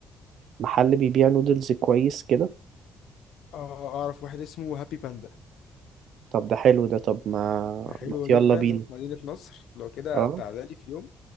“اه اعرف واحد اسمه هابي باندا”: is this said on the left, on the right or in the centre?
Left